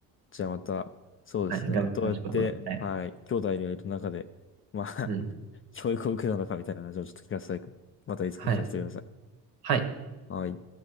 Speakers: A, on the left (about 30°); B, on the right (about 60°).
A: じゃあまた、そうですね。
B: た。<laughs> はい、頑張りましょう。
A: どうやって、
B: はい。
A: はい、兄弟がいる中で、まあ
B: うん。
A: <laughs> 教育を受けたのかみたいな話をちょっと聞かせて、またいつか聞かせてください。
B: はい。はい。
A: はい。